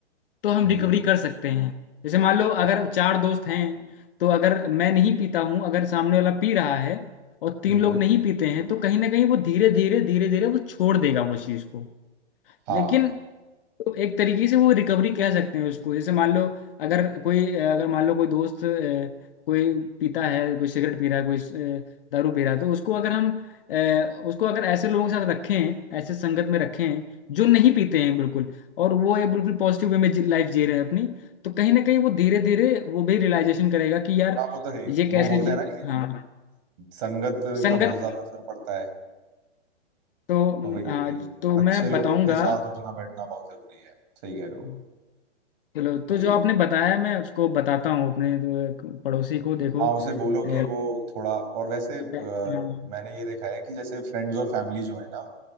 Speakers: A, on the left; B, on the right.
A: तो हम
B: हम्म
A: रिकवरी कर सकते हैं जैसे मान लो
B: हाँ
A: अगर चार दोस्त हैं तो अगर मैं नहीं पीता हूँ अगर सामने वाला पी रहा है और तीन
B: हम्म
A: लोग नहीं पीते हैं तो कहीं ना कहीं वो धीरे धीरे धीरे धीरे वो छोड़ देगा वो चीज़ को
B: हाँ
A: लेकिन तो एक तरीके से वो रिकवरी कह सकते हैं उसको जैसे मान लो अगर कोई अगर मान लो कोई दोस्त अ, कोई पीता है कोई सिगरेट पी रहा है कोई अ, दारू पी रहा है तो उसको अगर हम अ, उसको अगर ऐसे लोगों के साथ रखें ऐसे संगत में रखें जो नहीं पीते हैं बिल्कुल और वो एक बिल्कुल पॉजिटिव वे में लाइफ जी रहे हैं अपनी तो कहीं ना कहीं वो धीरे धीरे वो भी रियलाइजेशन करेगा कि यार
B: हाँ वो तो है ही।
A: ये कैसे
B: वो बोलते
A: जी
B: हैं ना कि
A: हाँ
B: संगत
A: संगत
B: का बहुत ज्यादा असर पड़ता है
A: तो
B: तो वही है
A: अ, हाँ
B: कि
A: तो
B: अच्छे
A: मैं
B: लोगों
A: बताऊंगा
B: के साथ उठना बैठना बहुत जरूरी है सही कह रहे हो
A: अ, चलो तो
B: वही
A: जो आपने
B: है
A: बताया मैं उसको बताता हूँ अपने तो एक पड़ोसी को देखो
B: हाँ उसे बोलो कि
A: अ,
B: वो थोड़ा और वैसे अ,
A: हाँ
B: मैंने ये देखा है कि जैसे फ्रेंड्स और फैमिली जो है ना